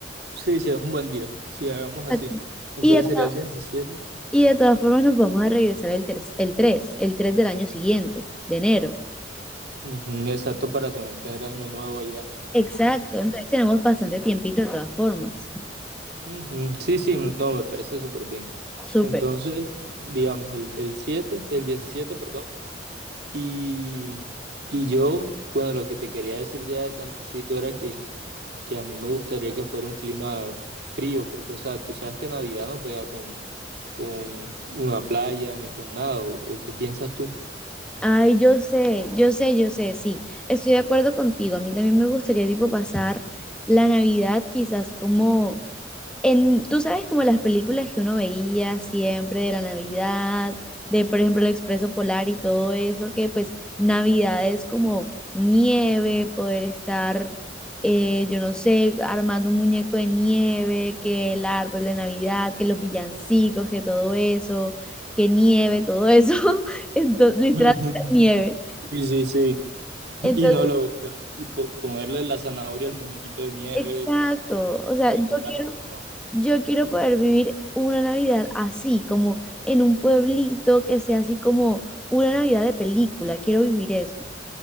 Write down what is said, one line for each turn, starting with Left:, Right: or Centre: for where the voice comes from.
Right: sí, sí, es un buen día, si hagamos así.
Centre: Exacto.
Right: Entonces
Centre: Y de, to-
Right: sería el diecisiete.
Centre: y de todas formas nos vamos a regresar el, ter- el tres el 3 del año siguiente, de enero.
Right: Ujú, exacto, para también tener año nuevo allá.
Centre: Exacto, entonces tenemos bastante tiempito de todas formas.
Right: Ujú, Sí, sí, me- no, me parece súper bien.
Centre: Súper.
Right: Entonces, digamos, el, el 7 el 17 perdón, y, y yo, bueno, lo que te quería decir ya de tantecito era que, que a mí me gustaría que fuera un clima frío, porque, o sea, tú sabes que Navidad no pega con, con una playa ni con nada, ¿o, o qué piensas tú?
Centre: Ay, yo sé, yo sé, yo sé, sí, estoy de acuerdo contigo. A mí también me gustaría, tipo, pasar la Navidad quizás como en, tú sabes como las películas que uno veía siempre de la Navidad, de por ejemplo el Expreso Polar y todo eso, que pues Navidad es como nieve, poder estar, eh, yo no sé, armando un muñeco de nieve, que el árbol de Navidad, que los villancicos, que todo eso, que nieve, todo eso, <laughs> entonces, literalmente
Right: Ujú,
Centre: nieve.
Right: Sí, sí, sí. Y
Centre: Entonces,
Right: no lo, lo- po- ponerle la zanahoria al muñequito de nieve
Centre: exacto, o
Right: y
Centre: sea,
Right: decorarlo,
Centre: yo quiero...
Right: no.
Centre: Yo quiero poder vivir una Navidad así, como en un pueblito que sea así como una Navidad de película. Quiero vivir eso.